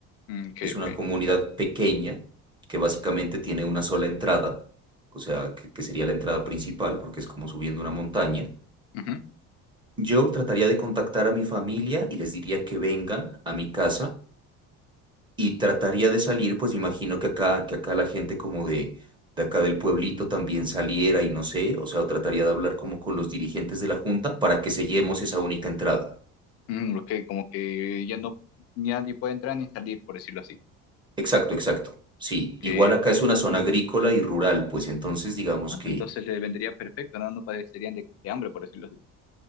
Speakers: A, on the left; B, on the right.
A: Mm, ok,
B: Es una
A: ok.
B: comunidad pequeña que básicamente tiene una sola entrada, o sea, que, que sería la entrada principal, porque es como subiendo una montaña.
A: Ujú.
B: Yo trataría de contactar a mi familia y les diría que vengan a mi casa y trataría de salir, pues imagino que acá, que acá la gente como de, de acá del pueblito también saliera y no sé, o sea, o trataría de hablar como con los dirigentes de la junta para que sellemos esa única entrada.
A: Mm, ok, como que ya no, ni nadie puede entrar ni salir, por decirlo así.
B: Exacto, exacto. Sí,
A: Ok,
B: igual acá
A: ok.
B: es una zona agrícola y rural, pues entonces digamos
A: Ah,
B: que,
A: Entonces le vendría perfecto, ¿no? No padecerían de, de hambre, por decirlo así.